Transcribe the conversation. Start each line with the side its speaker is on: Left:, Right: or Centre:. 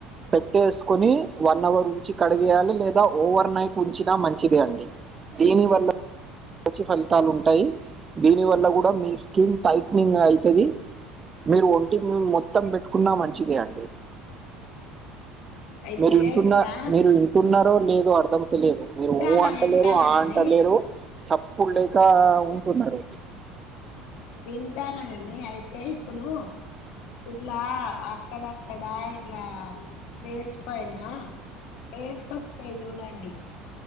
Right: పెట్టేసుకొని వన్ అవర్ ఉంచి కడిగేయాలి లేదా ఓవర్ నైట్ ఉంచినా మంచిదే అండి దీని వల్ల మంచి ఫలితాలు ఉంటాయి దీనివల్ల గూడా మీ స్కిన్ టైట్నింగ్ అయితది మీరు ఒంటి మీ మొత్తం పెట్టుకున్న మంచిదే అండి
Left: అయితే
Right: మీరు వింటున్న
Left: ఇట్లా
Right: మీరు వింటున్నారో లేదో అర్ధం లేదు
Left: వింటానా
Right: మీరు ఊ అంట
Left: వింటానా
Right: లేరు ఆ
Left: గాని
Right: అంట లేరు సప్పుడు లేక ఉంటున్నారు
Left: వింటాన గాని అయితే ఇప్పుడు ఇట్లా అ అక్కడక్కడా ఇట్లా ఫేస్ ఫైనా ఏర్స్ ఒస్తాయ్ జూడండి